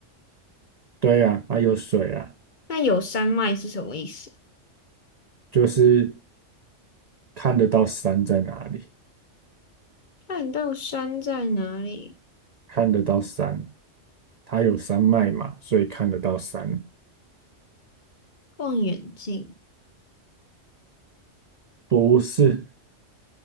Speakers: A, on the right (about 50°); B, on the left (about 40°).
A: 对呀，啊，有水啊，
B: 那有山脉是什么意思？
A: 就是看得到山在哪里，
B: 看到山在哪里？
A: 看得到山，它有山脉嘛，所以看得到山。
B: 望远镜，
A: 不是